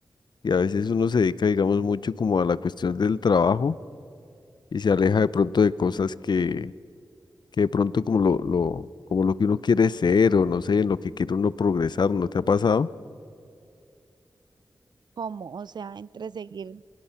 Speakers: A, on the left; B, on the right.
A: y a veces uno se dedica, digamos, mucho como a la cuestión del trabajo y se aleja de pronto de cosas que, que de pronto como lo, lo, como lo que uno quiere ser o no sé, en lo que quiere uno progresar, ¿no te ha pasado?
B: ¿Cómo? O sea, entre seguir